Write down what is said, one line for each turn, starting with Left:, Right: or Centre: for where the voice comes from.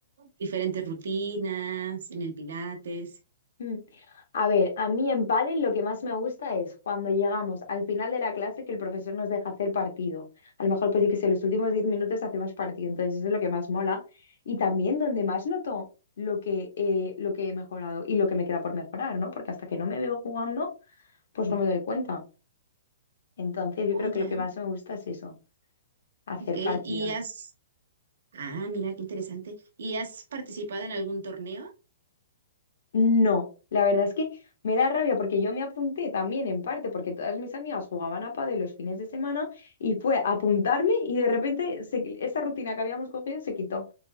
Right: diferentes rutinas, en el pilates.
Left: Mm. A ver, a mí en pádel lo que más me gusta es cuando llegamos al final de la clase que el profesor nos deja hacer partido. A lo mejor pues sí que sé, los últimos 10 minutos hacemos partido, entonces eso es lo que más mola. Y también donde más noto lo que, eh, lo que he mejorado y lo que me queda por mejorar, ¿no? Porque hasta que no me veo jugando, pues no me doy cuenta. Entonces yo
Right: Oh,
Left: creo
Right: ya.
Left: que lo que más me gusta es eso, hacer
Right: Ok.
Left: partidos.
Right: ¿Y has, ah, mira, qué interesante. ¿Y has participado en algún torneo?
Left: No, la verdad es que me da rabia porque yo me apunté también en parte porque todas mis amigas jugaban a pádel los fines de semana y fue apuntarme y de repente se- esa rutina que habíamos cogido se quitó.